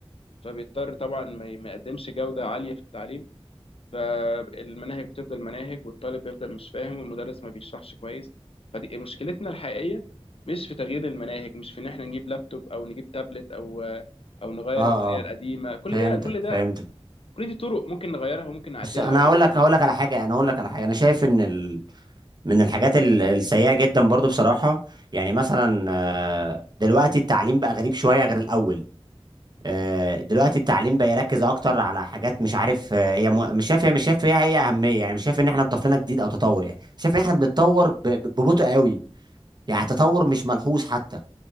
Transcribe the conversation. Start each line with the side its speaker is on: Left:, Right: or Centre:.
Left: فبيضطر طبعا ما ما يقدمش جودة عالية في التعليم فالمناهج بتفضل مناهج والطالب بيفضل مش فاهم والمدرس ما بيشرحش كويس فدي مشكلتنا الحقيقية مش في تغيير المناهج مش في ان احنا نجيب لابتوب او نجيب تابلت او او نغير
Right: اه
Left: الطريقة
Right: اه
Left: القديمة كل
Right: فهمتك
Left: ده كل ده
Right: فهمتك
Left: كل دي طرق ممكن نغيرها وممكن نعدلها
Right: بس انا
Left: و...
Right: هقول لك هقول لك على حاجه انا هقول لك على حاجه انا شايف ان ال... من الحاجات ال- السيئه جدا برضو بصراحه يعني مثلا آه، دلوقتي التعليم بقى غريب شويه غير الاول آه، دلوقتي التعليم بقى يركز اكتر على حاجات مش عارف آه، هي م... مش شايف هي مش شايف فيها هي اهميه يعني مش شايف ان احنا ضفنا جديد او تطور يعني شايف ان احنا بنتطور ب... ب- ببطء قوي يعني تطور مش ملحوظ حتى